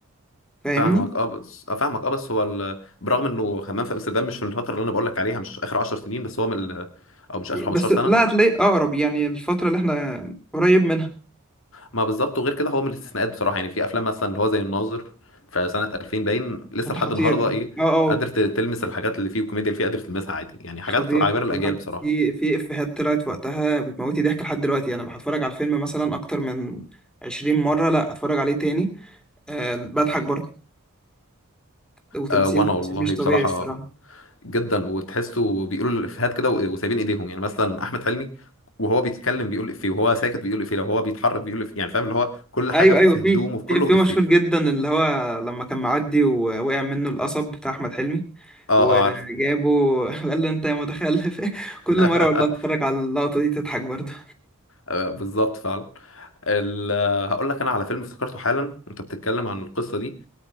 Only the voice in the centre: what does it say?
فاهمني
بس لا
هتلاقي اقرب يعني الفترة اللي احنا قريب منها
ده
خطير
ده
اه اه
حضير
بصراحة
في في إفيهات طلعت وقتها بتموتني ضحك لحد دلوقتي أنا بتفرج على الفيلم مثلا أكتر من عشرين مرة لأ أتفرج عليه تاني أه بضحك برضه وتمثيل
تمثيل
مش طبيعي
الصراحة
أيوه
أيوه في
في إفيه
مشهور جدا اللي هو لما كان معدي ووقع منه القصب بتاع أحمد حلمي
وجابه
<laughs> قال له أنت يا متخلف <laughs>
كل مرة والله أتفرج على اللقطة دي تضحك برضه